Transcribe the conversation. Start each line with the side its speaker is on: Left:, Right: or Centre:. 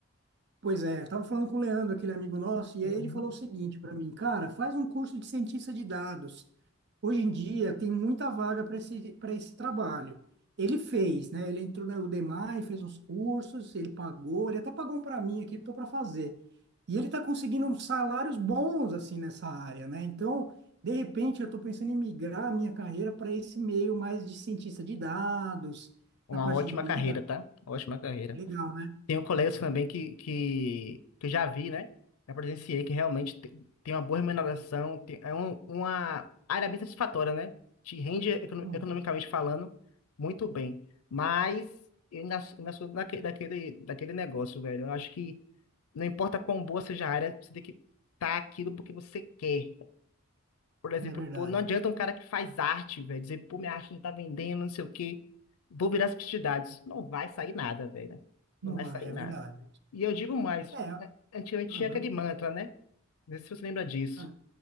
Right: Pois é, tava falando com o Leandro, aquele amigo nosso, e
Left: Uhum.
Right: aí ele falou o seguinte para mim, cara, faz um curso de cientista de dados. Hoje em dia tem muita vaga para esse, para esse trabalho. Ele fez, né? Ele entrou na Udemy, fez uns cursos, ele pagou, ele até pagou um para mim aqui, estou para fazer. E ele está conseguindo uns salários bons assim nessa área, né? Então, de repente, eu estou pensando em migrar a minha carreira para esse meio mais de cientista de dados,
Left: Uma
Right: na parte
Left: ótima
Right: de Big
Left: carreira,
Right: Data.
Left: tá? Ótima carreira.
Right: Legal, né?
Left: Tenho colegas também que, que, que eu já vi, né? Já presenciei que realmente tem, tem uma boa remuneração, tem- é um- uma área bem satisfatória, né? Te rende econo-
Right: Hum,
Left: economicamente falando muito bem. Mas eu ainda, sou- ainda sou daque- daquele, daquele negócio, velho. Eu acho que não importa quão boa seja a área, você tem que estar aquilo porque você quer. Por exemplo,
Right: é verdade.
Left: pô, não adianta um cara que faz arte, velho, dizer, pô, minha arte não tá vendendo, não sei o quê, vou virar publicidade. Não vai sair nada, velho. né? Não
Right: Não
Left: vai
Right: vai,
Left: sair
Right: é
Left: nada.
Right: verdade.
Left: E eu digo mais,
Right: É,
Left: antigamente
Right: aham,
Left: tinha aquele mantra, né? Não sei se você lembra disso.
Right: ah,